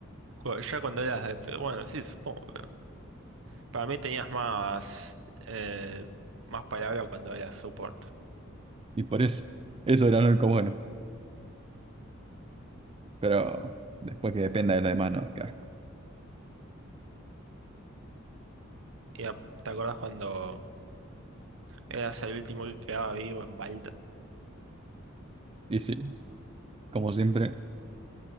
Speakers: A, on the right; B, on the right.
A: cu- ya cuando eras de... pero Bueno, sí, supongo, pero... Para mí tenías más... eh, más palabra cuando eras soporte.
B: Y por eso. Eso era lo único bueno. Pero después que dependa de los demás, no, qué asco.
A: Y a- ¿te acordás cuando eras el último que quedaba vivo en Balta?
B: Y sí, como siempre,